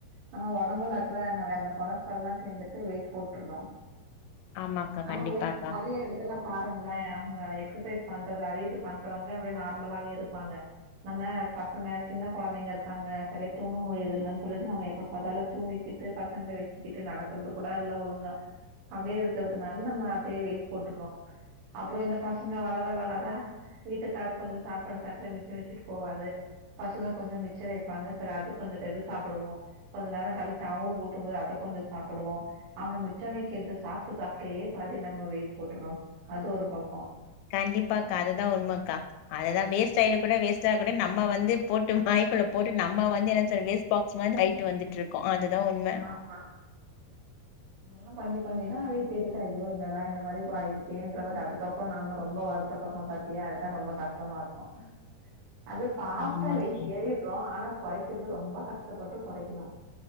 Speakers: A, on the right; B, on the left.
A: நம்ம ஒடம்புல இருக்கற <unintelligible> கொலஸ்ட்ரால் எல்லா சேந்துட்டு வெயிட் போட்டுட்றோ
B: ஆமாக்கா
A: ஆமாங்க
B: கண்டிப்பாக்கா
A: நெறைய எடத் த்துல பாருங்களே அவங்க எக்ஸசைஸ் பண்றது அத இத பண்றவங்க அப்டியே நார்மலாவே இருப்பாங்க நம்ம பசங்க சின்ன கொழந்தைங்க இருக்காங்க செரியா தூங்க முடியறது இல்லன்னு சொல்ட்டு நம்ம எப்ப அதால்ல தூங்கிக்கிட்டு பசங்கள வெச்சுக்கிட்டு நடக்கறது கூட இல்ல ஒழுங்கா அப்டியே இரு க்கிறதுனால நம்ம அப்டியே வெயிட் போட்டுறோ அப்றோ இந்த பசங்க வளர வளர வீட்டுக்காரரு கொஞ்சோ சாப்பாடு தட்ல மிச்சோ வெச்சுட்டு போவாரு பசங்க கொஞ்சோ மிச்சோ வைப்பாங்க செரி அது கொஞ்சோ எது சாப்புடுவோ கொஞ்ச நேர கழிச்சு அவங்களுக்கு ஊத்து போது அத கொஞ்சோ சாப்புடுவோ அவங்க மிச்சோ வைக்கிறத சாப் சாப்டு சாப்டே பாதி நம்ம வெயிட் போட்டுறோ அது ஒரு பக்கோ
B: கண்டிப்பாக்கா அதுதா உண்மக்கா அதுதா வேஸ்ட் ஆயிட கூட வேஸ்ட் <unintelligible> நம்ம வந்து போட்டு வாய்குள்ள போட்டு நம்ம வந்து என்ன சொல்றது வேஸ்ட் பாக்ஸ் மாரி ஆயிட்டு வந்துட்டு இருக் அதுதா உண்ம
A: ஆமா ம் பண்ணி பண்ணி தா வெய்ட்டு ஏரிருக்கா ஐயோ என்னடா இந்த மாறி ஆயிடுச்சேன்ற மாறி அதுக்கப்றோ நம்ம ரொம்ப வருத்தபட கூடாது ஏ அதா ரொம்ப கஷ்டமாருக்கு அது ஃபாஸ்ட்டா
B: ஆமாக்கா
A: வெயிட் ஏறிடுறோ ஆனா கொறைக்குறது ரொம்ப கஷ்டப்பட்டு கொறைக்கணு